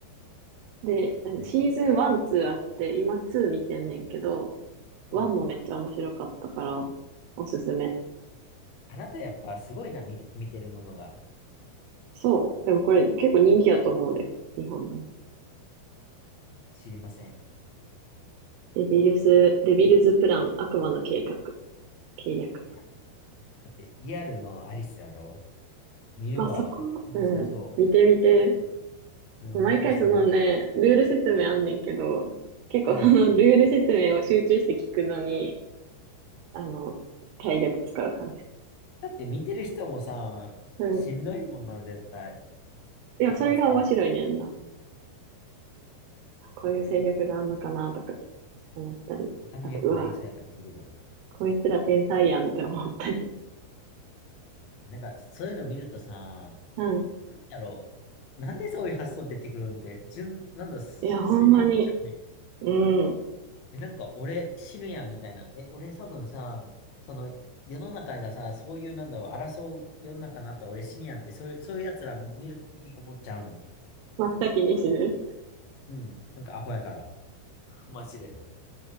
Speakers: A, on the right (about 75°); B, on the left (about 75°).
A: で、あのシーズン1、
B: え、なに
A: 2あって、今2見てんねんけど、
B: うん。
A: 1もめっちゃ面白かったから、おすすめ。
B: あなたやっぱすごいな、見る、見てるものが
A: そう。でもこれ結構人気やと思うんで、日本でも。
B: 知りません。い
A: デビルス、デビルズプラン、悪魔の計画、計略。
B: や、だって、リアルのアリスやろ見るわ。
A: まあ、そこ、
B: 面白そ
A: うん、見てみて。
B: う。うん、
A: 毎回そのね、
B: おもろそう、見るわ。
A: ルール説明あんねんけど、結構その
B: うん。
A: <laughs> ルール説明を集中して聞くのに、あの、体力使う感じ。
B: だって見てる人もさ、
A: うん。
B: しんどいもんな、絶対。
A: でもそれが面白いねんな。
B: 頭使う。
A: こういう戦略があんのかなとか
B: うん。
A: 思ったり。
B: 頭良くなりそうやから見るわ。
A: あと、うわ、こいつら天才やんって思ったり。
B: なんか、そういうの見るとさ、
A: うん。
B: なんだろう。なんでそういう発想出てくるんって、純、なんだ、
A: いや、
B: 純粋に思っちゃうね。
A: ほんまに、うん。
B: え、なんか、俺死ぬやんみたいな。え、俺多分さ、その、世の中がさ、そういう、なんだろう、争う世の中になったら俺死ぬやんって、そういう、そういう奴ら見るときに思っちゃうねん。
A: 真っ先に死ぬ。
B: うん。なんか、アホやから。<laughs> マジで。